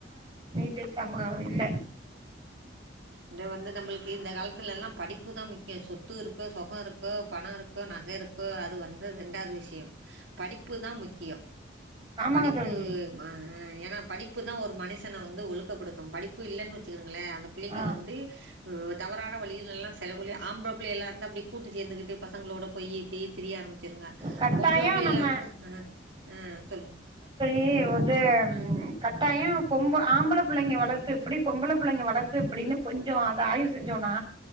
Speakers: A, on the right; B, on the right.
A: டிசம்ப இல்ல
B: இத வந்து நம்மளுக்கு இந்த காலத்துலல்லா படிப்புதா முக்கிய சொத்து இருக்கு சொக இருக்கு பண இருக்கு நகை இருக்கு அது வந்து ரெண்டாது விஷய படிப்புதா முக்கிய
A: ஆமாங்க
B: படிப்பு
A: தோழி
B: ம ஏனா படிப்பு தா ஒரு மனுசன வந்து ஒழுக்கப்படுத்து படிப்பு இல்லன் வெச்சுக்கிருங்களே பிள்ளைங்க
A: ஆ
B: வந்து தவறான வழிகளெல்லா செலகுல ஆம்பள பிள்ளைகளா இருந்தா அப்டி கூட்டு சேந்துகிட்டு பசங்களோட போய் இப்டி திரிய ஆரம்பி ச்சிருங்க
A: கட்டாயோ
B: பொம்பள புள்ளைகளா
A: நம்ம
B: இருந்து அ ஆ சொல்லுங்க
A: <unintelligible> து
B: ஆ
A: கட் டாய பொம்ப ஆம்பளை புள்ளைங்க வளர்ப்பு எப்படி பொம்பளை புள்ளைங்க வளர்ப்பு எப்புடின்னு கொஞ்சோ அத ஆய்வு செஞ்சோன்னா